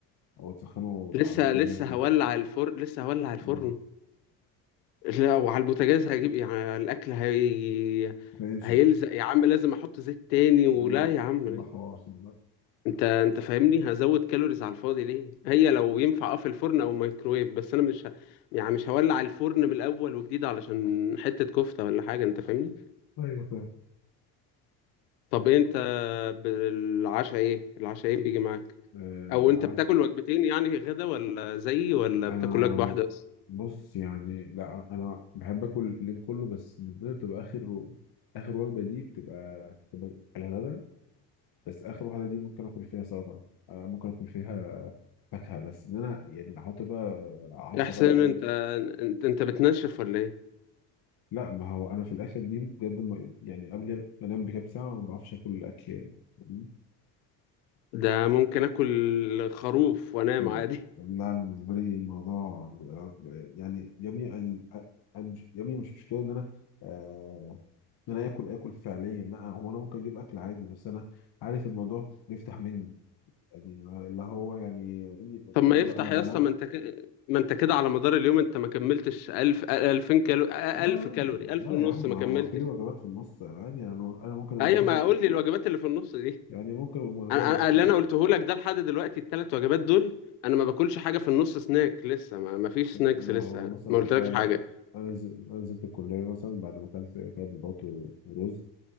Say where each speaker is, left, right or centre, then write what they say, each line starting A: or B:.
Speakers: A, on the left; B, on the left.
A: او تسخنه
B: <laughs> لسه
A: على البوتاجاز
B: لسه
A: تاني
B: هولع الفرن لسه هولع الفرن
A: اه
B: لا وعلى البوتاجاز هجيب ايه؟ يعني الاكل هي
A: ينشف
B: هيلزق يا عم لازم احط زيت تاني ولا
A: اه
B: يا عم ليه؟
A: ده حوار ده
B: انت انت فاهمني هزود كالوريز على الفاضي ليه هي لو ينفع اه في الفرن او مايكرويف بس انا مش ه... يعني مش هولع الفرن من الاول وجديد علشان حتة كفتة ولا حاجة انت فاهمني
A: ايوه فاهم
B: طب إيه انت بالعشاء ايه العشاء ايه بيجي معاك
A: آه
B: او
A: العاد
B: انت بتاكل وجبتين يعني غدا ولا زيي ولا
A: انا
B: بتاكل وجبه واحده بس
A: بص يعني لا انا بحب اكل اليوم كله بس بالنسبه لي بتبقى اخر اخر وجبه دي بتبقى بتبقى الغدا بس اخر واحده دي ممكن اكل فيها سلطه آه، ممكن اكل فيها فاكهه بس ان انا يعني احط بقى عشاء
B: يا حسين
A: بقى بجد
B: انت انت انت بتنشف ولا ايه
A: لا ما هو انا في الاخر دي بجد ما يعني قبل ما انام بكام ساعه ما بعرفش اكل الاكل يعني مم.
B: ده ممكن اكل خروف وانام
A: مم.
B: عادي <laughs>
A: لا أنا بالنسبه لي الموضوع بيبقى- يعني يا ابني يعني أ- أنا مش يا ابني مش مشكله ان انا آه ان انا اكل اكل فعليا لا هو انا ممكن اجيب اكل عادي بس انا عارف الموضوع بيفتح مني يعني اللي هو يعني
B: طب ما
A: اللي
B: يفتح
A: هو انا بنام
B: يا اسطى ما انت ك... ما انت كده على مدار اليوم انت ما كملتش 1000 2000 كالوري
A: لا
B: 1000
A: عادي
B: كالوري 1000
A: لا
B: ونص
A: يا عم
B: ما
A: هو
B: كملتش
A: في وجبات في النص عادي يعني انا انا ممكن
B: ايوه
A: اكون
B: ما اقول لي الوجبات اللي في النص دي
A: يعني ممكن ابقى
B: انا
A: جاي من
B: أنا- اللي
A: الكلية،
B: انا قلته لك ده لحد دلوقتي الثلاث وجبات دول انا ما باكلش حاجه في النص سناك لسه ما ما فيش سناكس
A: ما
B: لسه
A: هو مثلا
B: ما
A: تخيل
B: قلتلكش حاجه
A: انزل انزل الكليه مثلا بعد ما اكلت ثلاث بيضات و- ورز